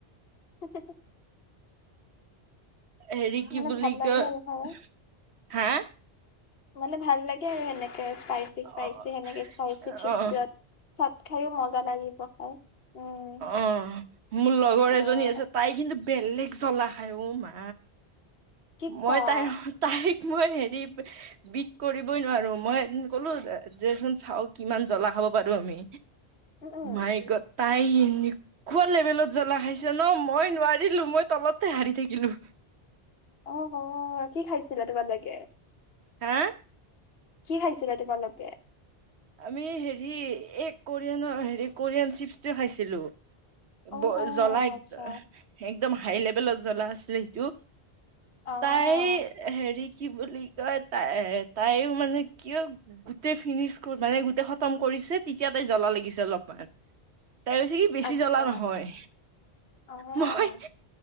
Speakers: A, on the left; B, on the right.
A: <inaudible>
B: হেৰি কি
A: মানে
B: বুলি
A: ভাল লাগে
B: কই
A: আৰু খাই
B: হা
A: মানে ভাল লাগে আৰু সেনেকে স্পাইচি স্পাইচি
B: অ
A: সেনেকে স্পাইচি চিপচত
B: অ
A: চাত খাইও মজা লাগিব খাই উম
B: অ মোৰ লগৰ
A: অ'
B: এজনী আছে তাই কিন্তু বেলেগ জ্বলা খাই উ মা
A: কি
B: মই
A: কোৱা
B: তাই তাই মই হেৰি বিট কৰিবই নোৱাৰো মই ক'লো দেচোন চাও কিমান জ্বলা খাব পাৰো আমি,
A: উম উম
B: মায়ে ক তাই এনেকুৱা লেভেলত জ্বলা খাইছে ন মই নোৱাৰিলো মই তলতে হাৰি থাকিলো। <inaudible>
A: অ', অ', কি খাইছিলা তোমালোকে?।
B: হা
A: কি খাইছিলা তোমালোকে?।
B: আমি হেৰি এ কোৰিয়ানৰ হেৰি কোৰিয়ান চিপছটোৱ খাইছিলোঁ।
A: অ'
B: ব
A: অ'
B: জ্বলা একদ-একদম
A: আচ্ছা
B: হাই লেভেলত জ্বলা আছিলে সেইটো।
A: অ'
B: তাই হেৰি কি বুলি কয় তাই-তাইয়ো মানে কিয় গোটেই ফিনিছ মানে গোটেই খতম কৰিছে তেতিয়া তাই জ্বলা লাগিছে অলপমান। তাই কৈছে কি বেছি
A: আচ্ছা
B: জ্বলা নহয়।
A: অ'
B: মই